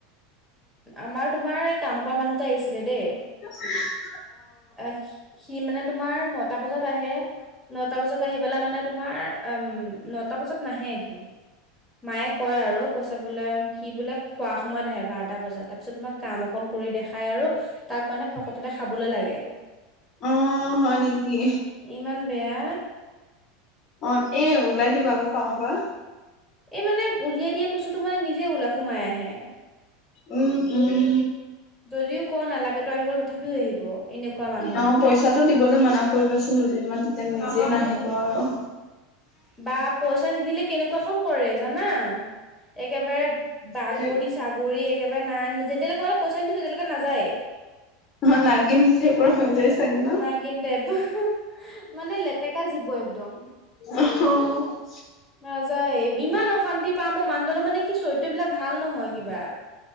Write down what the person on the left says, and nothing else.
<inaudible>
অ হয় নেকি
অ
এ ওলাই দিবা আকৌ কামৰ পৰা
উম উম
অ পইচাটো দিবলৈ মানা কৰিবাচোন দুদিনমান তেতিয়া নি আজি নাহিব আৰু।
উম
অ নাগিন চেপৰ হৈ যায় চাগে ন
অ